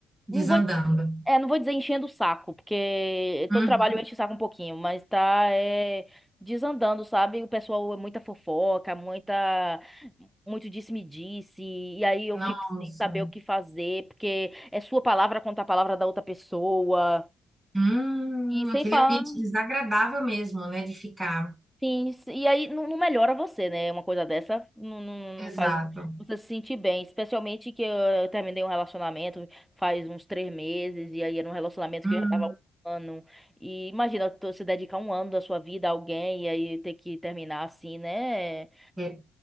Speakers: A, in the centre; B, on the right.
A: Não
B: Desandando.
A: vou, é, não vou dizer enchendo o saco, porque
B: Uhum.
A: todo trabalho enche o saco um pouquinho, mas tá é, desandando, sabe? O pessoal é muita fofoca, muita, muito disse-me-disse, e aí eu
B: Nossa.
A: fico sem saber o que fazer, porque é sua palavra contra a palavra da outra pessoa.
B: Hum,
A: E sem
B: aquele
A: falar
B: ambiente desagradável mesmo, né, de ficar.
A: Sim, sim. e aí não, não melhora você, né? Uma coisa dessa não, não, não
B: Exato.
A: faz você se sentir bem. Especialmente que eu, eu terminei um relacionamento faz uns três meses, e aí era um relacionamento
B: Hum.
A: que eu já tava há um ano. E imagina tu se dedicar um ano da sua vida a alguém e aí ter que terminar assim, né?
B: É,